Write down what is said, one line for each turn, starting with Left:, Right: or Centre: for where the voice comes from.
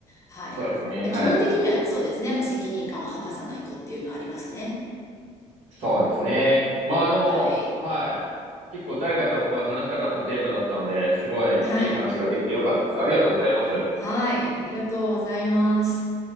Left: はい。
Right: そうですね。
Left: まあ基本的にはそうですね。
Right: はい。
Left: やっぱ責任感を果たさないとっていうのはありますね。
Right: そうですね。まあでも、
Left: はい。
Right: はい。結構誰かとこう話したかったテーマだったので、すごいいい話ができてよかったです。
Left: はい。
Right: ありがとうございます。
Left: はい。ありがとうございます。